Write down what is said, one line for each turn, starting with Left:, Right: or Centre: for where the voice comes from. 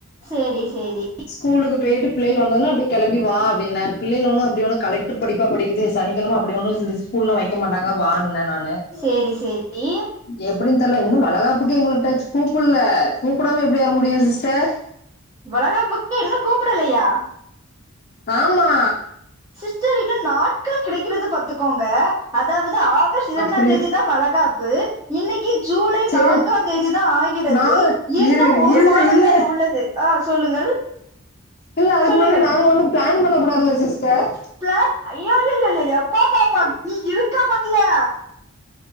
Right: சரி சரி
Left: ஸ்கூலுக்கு போயிட்டு பிள்ளை வந்தனா அப்படி கெளம்பி வா அப்படின்ன பிள்ளைக ஒன்னு கலெ ஒரு படிப்பா படிக்குது சனிக்கிழமை அப்படி ஒன்னு ஸ்கூல்ல எல்லா வைக்க மாட்டாங்க வானே நானு
Right: சரி சரி
Left: எப்படின்னு தெரியல இன்னு வழகாப்புக்கு எங்களை டச் கூப்பிடல கூப்பிடாம எப்படி வர முடியும் சிஸ்டர்
Right: வளைகாப்புக்கு இன்னு கூப்பிடலையா
Left: ஆமா
Right: சிஸ்டர் இன்னும் நாட்கள் கிடைக்கறது பாத்துக்கோங்க அதாவது ஆகஸ்ட் இரண்டாம்
Left: அப்டியே
Right: தேதி தான் வளகாப்பு இன்னைக்கு ஜூலை
Left: சேரி
Right: நான்காம் தேதி தான் ஆகிறது
Left: நாங்க
Right: இன்னும்
Left: இரு
Right: ஒரு
Left: இல்ல
Right: மாதங்கள்
Left: இல்ல
Right: உள்ளது அ சொல்லுங்கள்
Left: இல்ல அதுக்கு
Right: சொல்லுங்கள்
Left: முன்னாடி நாங்க ஒன்னும் பிளான் பண்ண கூடாதுல்ல சிஸ்டர்
Right: டர் ஐயயயோ எப்ப பாப்பான் நீ இருக்க பாத்தியா